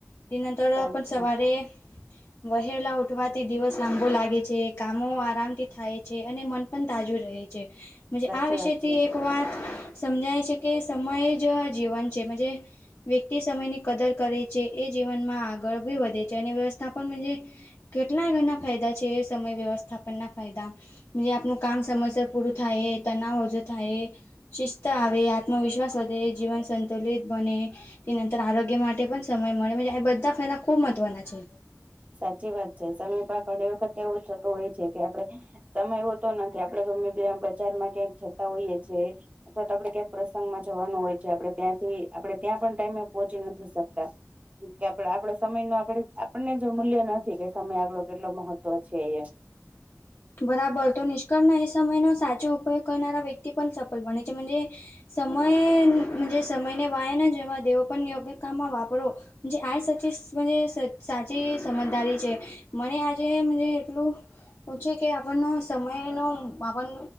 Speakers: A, on the left; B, on the right.
A: તે નંતર
B: સાચી
A: પણ સવારે. વહેલા ઉઠવાથી દિવસ લાંબો લાગે છે કામો આરામથી થાય છે. અને મન પણ તાજું રહે છે
B: સાચી
A: આ વિષથી.
B: વાત છે
A: એક વાત સમજાય છે કે સમયે જ જીવન છે મજે. વ્યક્તિ સમયની કદર કરે છે એ જીવનમાં આગળ બી વધે છે અને વ્યવસ્થાપન મજે. કેટલાંગના ફાયદા છે સમય વ્યવસ્થાપન ના ફાયદા. આપનું કામ સમયસર પૂરું થાય તનાવ ઓજુ થાય. શિસ્ત આવે આત્મવિશ્વાસ વધે જીવન સંતુલિત બને. તે નંતર આરોગ્ય માટે પણ સમય મળે આ બધા ફાયદા ખુબ મહત્વના છે.
B: સાચી વાત છે સમીપા ઘડી વખતે એવું થતું હોય છે. કે આપણે સમય હોતો નથી આપડે ગમે ત બજારમાં ક્યાંક જતા હોઈએ છે. અથવા તો આપડે ક્યાંક પ્રસંગમાં જવાનું હોય છે આપણે ત્યાંથી આપણે ત્યાં પણ ટાઈમે પોહોંચી નથી શકતા. કે આપડ આપડા સમય ન આપડે આપણને. મૂલ્ય નથી કે સમય આપડો કેટલો મહત્વ છે એ
A: બરાબર તો નિષ્કળણ એ સમયનોો સાચો ઉપયોગ કરનારા વ્યક્તિ પણ સફળ બના છે મજે. સમયજ સમયને વાયાને જેમાં દેવો પણ યોગ્ય કામમાં વાપરો. જે આ સાચી સાચી સમજદારી છે મને આજે એટલું. પછી. કે આપણ સમયનો આપણ